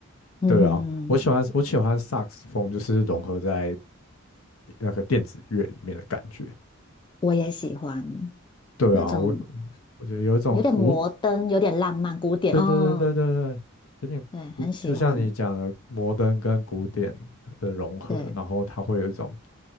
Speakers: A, on the left; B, on the left.
A: 嗯哼哼，
B: 对啊，我喜欢我喜欢萨克斯风，就是融合在那个电子乐里面的感觉。
A: 我也喜欢
B: 对啊，
A: 那种
B: 我嗯我觉得有一种古
A: 有点摩登、有点浪漫、古典，
B: 对对对对对对，
A: 哦，
B: 有点古，
A: 对，很喜欢，
B: 就像你讲的摩登跟古典的融合，
A: 对。
B: 然后它会有一种